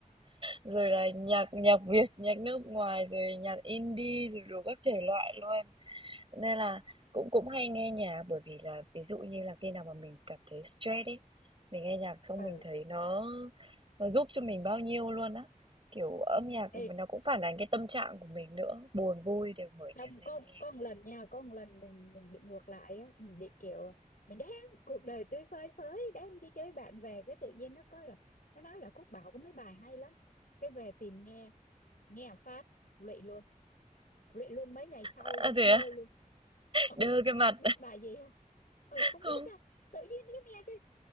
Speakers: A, on the right; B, on the left.
A: Rồi là nhạc nhạc Việt, nhạc nước ngoài, rồi nhạc indie, rồi đủ các thể loại luôn. Nên là cũng cũng hay nghe nhạc bởi vì là ví dụ như là khi nào mà mình cảm thấy stress ấy, mình nghe nhạc xong
B: ừ
A: mình thấy nó nó giúp cho mình bao nhiêu luôn á. Kiểu âm nhạc
B: Ê,
A: nó cũng phản ánh cái tâm trạng của mình nữa, buồn vui đều mở
B: Không,
A: nhạc lên
B: có
A: nghe.
B: có một lần nha có một lần mình mình bị ngược lại á mình bị kiểu mình đang cuộc đời tươi phơi phới đang đi chơi bạn về cái tự nhiên nó có là nó nói là Cúc Bảo có mấy bài hay lắm cái về tìm nghe nghe một phát lụy luôn lụy luôn mấy ngày sau
A: À,
B: luôn
A: à, thế
B: đơ
A: à?
B: luôn <laughs> ừ
A: Đơ cái mặt.
B: biết bài gì không
A: <laughs>
B: ừ không
A: Không.
B: biết sao tự nhiên cái nghe cái